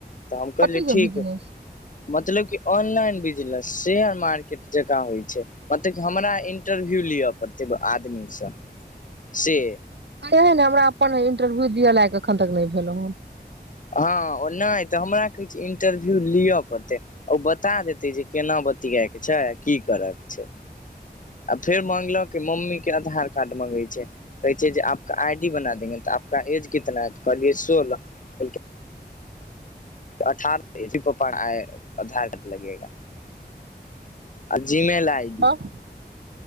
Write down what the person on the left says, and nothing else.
तऽ हम कहलिय
ठीक।
मतलब क ऑनलाइन बिजनेस, शेयर मार्केट जकाँ होइ छै, मतलब क हमरा इंटरव्यू लिअ पड़ते आदमी से से।
हँ ओ नहि तऽ हमरा। किछु इन्टरव्यू लिअ। पड़तै ओ बता देतै जे, केना बतियाइके छै। की करयके छै। आ फेर माँंगलो कि मम्मी के आधार कार्ड मङ्गै छै कहै छै जे आपके आई डी बना देंगे, तऽ आपका एज कितना है तऽ कहलियै सोलह कहलै अठारहप आ आधार घ लगेगा जीमेेल आइ डी।